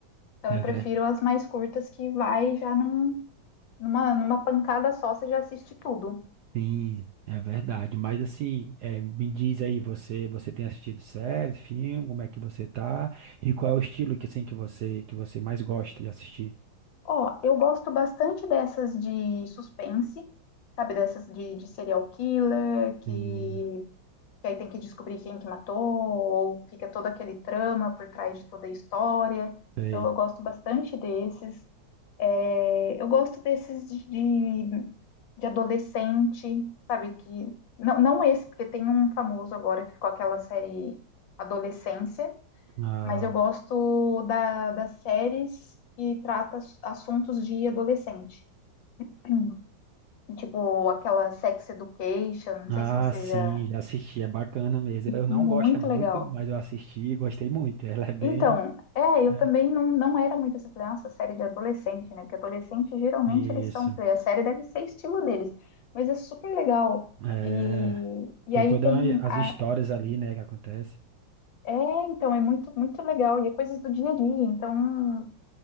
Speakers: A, on the left; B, on the right.
A: então,
B: É
A: eu prefiro
B: ver...
A: as mais curtas que vai já num, numa, numa pancada só, você já assiste tudo.
B: Sim, é verdade. Mas assim, é, me diz aí, você, você tem assistido séries, filme, como é que você tá? E qual é o estilo que assim que você que você mais gosta de assistir?
A: Ó, eu gosto bastante dessas de suspense, sabe? Dessas de, de serial killer, que,
B: Sim,
A: que aí tem que descobrir quem que matou, ou fica todo aquele trama por trás de toda a história.
B: sei.
A: Então, eu gosto bastante desses. É, eu gosto desses de, de, de adolescente, sabe? Que, não, não esse, porque tem um famoso agora que ficou aquela série Adolescência,
B: Ah,
A: mas eu gosto da, das séries que trata ass- assuntos de adolescente. <clears throat> Tipo aquela Sex Education, não
B: ah,
A: sei se você
B: sim,
A: já.
B: já assisti, é bacana mesmo. Eu não
A: Muito
B: gosto muito,
A: legal.
B: mas eu assisti e gostei muito. Ela é bem,
A: Então, é, eu
B: né?
A: também não, não era muito essa, falei, nossa, série de adolescente, né? Porque adolescente geralmente
B: Isso.
A: eles são, falei, a série deve ser estilo deles, mas é super legal.
B: É,
A: E, e
B: tem
A: aí
B: todas
A: tem
B: as
A: a,
B: histórias ali, né, que acontece.
A: é, então, é muito, muito legal. E é coisas do dia a dia. Então,